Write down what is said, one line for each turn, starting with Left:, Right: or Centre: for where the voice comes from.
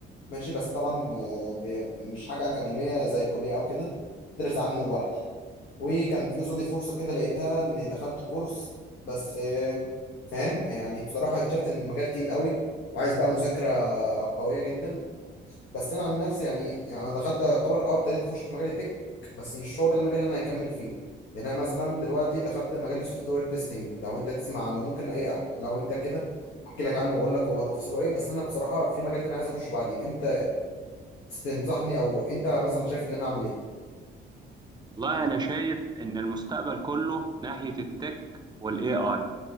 Left: ماشي بس طبعا آه، ب- مش حاجه اكاديميه زي كليه او كده بدرس عنه لوحدي وكان في قصادي فرصه كده لقيتها اني دخلت كورس بس آه، فاهم يعني بصراحه اكتشفت ان المجال تقيل قوي وعايز بقى مذاكره قويه جدا بس انا عن نفسي يعني, يعني انا دخلت اعتبر اه ابتديت اخش في مجال التك بس مش هو ده المجال اللي انا هكمل فيه يعني انا مثلا دلوقتي دخلت مجال السوفت وير تيستنج لو انت تسمع عنه ممكن اي أح- لو انت كده احكي لك عنه واقول لك هو تفاصيله ايه بس انا بصراحه في مجال تاني عايز اخش بعديه انت تنصحني او انت مثلا شايف ان انا اعمل ايه
Right: والله انا شايف ان المستقبل كله ناحية التك والاي اي